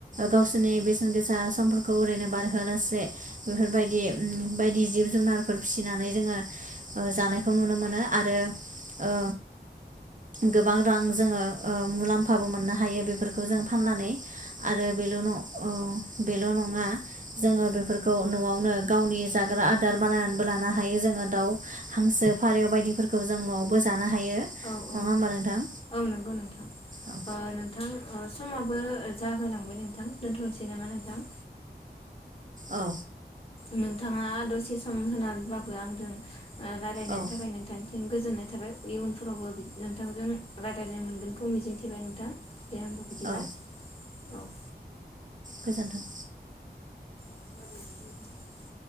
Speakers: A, on the right (about 45°); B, on the left (about 30°).
A: गावसोरनि बेसेन गोसा समफोरखौ ओरैनो बारहोनोसि। बे बेफोरबायदि उम बायदि जिब- जुनारफोर फिनानै जोङो ओ जानायखौ नुनो मोन आरो ओ गोबां रां जोङो ओम मुलाम्फाबो मोननो हायो बेफोरखौ जों फाननानै आरो बेल' नङ अ बेल' नङा जोङो बेफ। फोरखौ न'आवनो गावनि जाग्रा आदार बानायनानैबो लानो हायो जोङो दाउ, हांसो, फारेव बायदिफोरखौ जों न'आवबो जानो हायो।
B: औ -औ-
A: नङा होमबा नोंथां
B: औ नोगो नोंथां
A: औ
B: ओ नोंथां ओ। फुमाबो जाहोलांबाय नोंथां दोनथ नोसै नामा नोंथां।
A: औ।
B: नोंथाङा दसे सम होनानबाबबो आंदों। ओ रायलायनायनि
A: औ
B: थाखाय नोंथां। गोजोननाय थाबाय इयुनफोरावबो बिद नोंथांजों रायजायनो मोनगोनखौ मिजिंथिबाय नोंथां। दे होमबा बिदिबा
A: औ
B: औ।
A: गोजोन्थों।
B: <unintelligible>